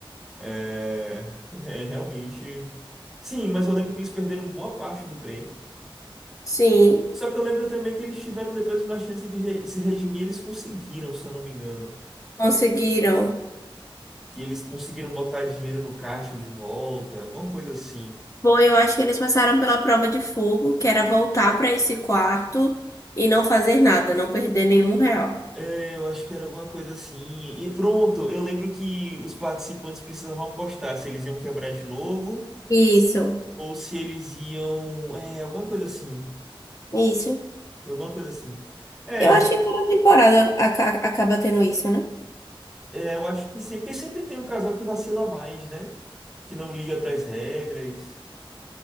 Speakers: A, in the centre; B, on the left.
A: É, é, realmente. Sim, mas eu lembro que eles perderam boa parte do prêmio.
B: Sim,
A: Só que eu lembro também que eles tiveram depois uma chance de re- se redimir, eles conseguiram, se eu não me engano.
B: conseguiram.
A: Que eles conseguiram botar dinheiro no caixa de volta, alguma coisa assim.
B: Foi, eu acho que eles passaram pela prova de fogo, que era voltar para esse quarto e não fazer nada, não perder nenhum real.
A: É, eu acho que era alguma coisa assim. E pronto, eu lembro que os participantes precisavam apostar se eles iam quebrar de novo
B: Isso,
A: ou se eles iam. É, alguma coisa assim.
B: isso.
A: Foi alguma coisa assim. É,
B: Eu acho que toda temporada aca- acaba tendo isso, né?
A: é, eu acho que sempre, porque sempre tem um casal que vacila mais, né? Que não liga para as regras.